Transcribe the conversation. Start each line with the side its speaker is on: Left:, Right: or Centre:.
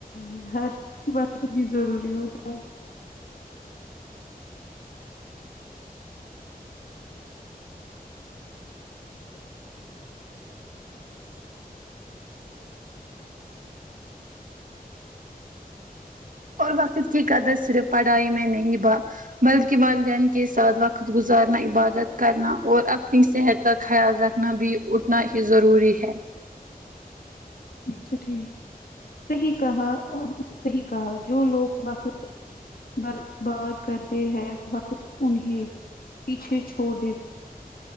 Left: ہیں ہر وقت بھی ضروری ہوتا ہے
Right: اور وقت کی قدر صرف پڑھائی میں نہیں با بلکہ والدین کے ساتھ وقت گزارنا عبادت کرنا اور اپنی صحت کا خیال رکھنا بھی اتنا ہی ضروری ہے
Left: اچھا ٹھیک صحییح کہا صحیح کہا جو لوگ وقت برباد کرتے ہیں وقت انہیں پیچھے چھوڑ دے